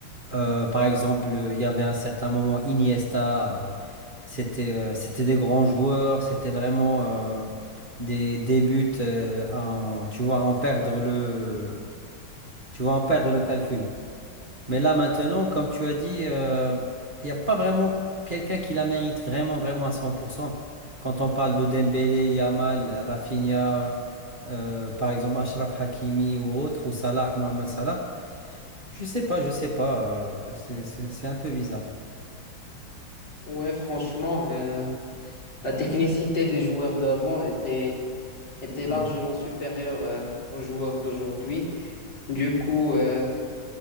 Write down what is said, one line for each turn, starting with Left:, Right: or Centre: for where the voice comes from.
Right: euh, par exemple, euh, il y avait un certain moment Iniesta, euh, c'était euh, c'était des grands joueurs, c'était vraiment euh, des, des buts euh, à en- tu vois, à en perdre le, tu vois, à en perdre le calcul. Mais là, maintenant, comme tu as dit, euh, il n'y a pas vraiment quelqu'un qui la mérite vraiment, vraiment à 100%. Quand on parle de Dembélé, Yamal, Rafinha, euh, par exemple, Achraf Hakimi ou autre, ou Salah, Mohamed Salah, je sais pas, je sais pas. euh, c'est, c'est- c'est un peu bizarre.
Left: Ouais, franchement, euh, la technicité des joueurs d'avant était, était
Right: Ouais.
Left: largement supérieure euh, aux joueurs d'aujourd'hui. Du coup, euh,